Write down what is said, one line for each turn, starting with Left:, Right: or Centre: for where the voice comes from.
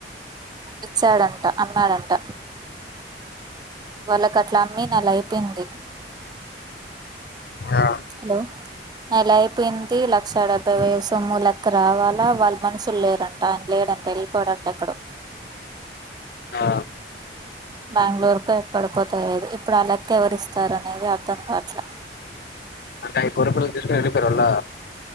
Right: ఇచ్చాడంట అమ్మాడంట వాళ్ళకి అట్లా అమ్మి నెల అయిపోయింది
Left: ఆ
Right: హలో నెల అయిపోయింది లక్షా డెబ్బై వయ సొమ్ము లెక్క రావాలా వాళ్ళ మనుషులు లేరంట ఆయన లేడంటే వెళ్ళిపోడంట అక్కడ
Left: ఆ.
Right: బెంగళూరుకు ఎక్కడిపోతా లేదు ఇప్పుడు ఆ లెక్క ఎవరిస్తారు అనేది అర్థం కా అట్లా
Left: అ కో రూపాయలు తీసుకు వెళ్డిపోయారుళా